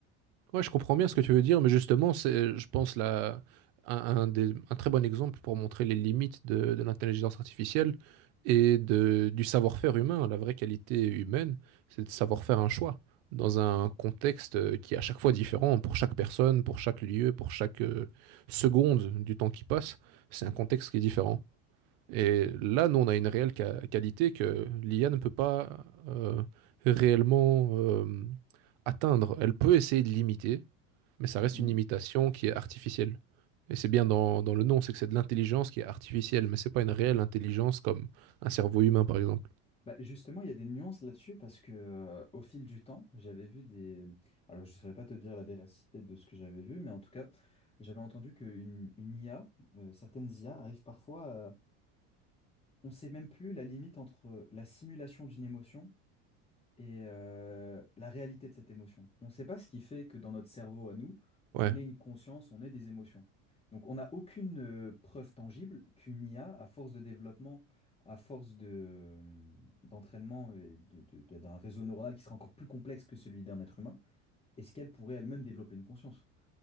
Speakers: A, on the right (about 75°); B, on the left (about 20°).
A: Ouais, je comprends bien ce que tu veux dire, mais justement, c'est, je pense, là, un, un des- un très bon exemple pour montrer les limites de, de l'intelligence artificielle et de, du savoir-faire humain. La vraie qualité humaine, c'est de savoir faire un choix dans un contexte qui est à chaque fois différent pour chaque personne, pour chaque lieu, pour chaque euh, seconde du temps qui passe. C'est
B: Mhm.
A: un contexte qui est différent. Et là, nous, on a une réelle ca- qualité que l'IA ne peut pas euh, réellement euh, atteindre. Elle peut essayer de l'imiter, mais ça reste
B: Mhm.
A: une imitation qui est artificielle. Et c'est bien dans, dans le nom, c'est que c'est de l'intelligence qui est artificielle, mais c'est pas une réelle intelligence comme un cerveau humain, par exemple.
B: Bah, justement, il y a des nuances là-dessus parce que euh, au fil du temps, j'avais vu des. Alors, je ne saurais pas te dire la véracité de ce que j'avais vu, mais en tout cas, j'avais entendu qu'une une IA, euh, certaines IA arrivent parfois à- On ne sait même plus la limite entre euh, la simulation d'une émotion et euh, la réalité de cette émotion. On ne sait pas ce qui fait que dans notre cerveau à nous,
A: Ouais,
B: on ait une conscience, on ait des émotions. Donc on n'a aucune euh, preuve tangible qu'une IA, à force de développement, à force de, euh, d'entraînement et de- de- de- d'un réseau neuronal qui sera encore plus complexe que celui d'un être humain, est-ce qu'elle pourrait elle-même développer une conscience?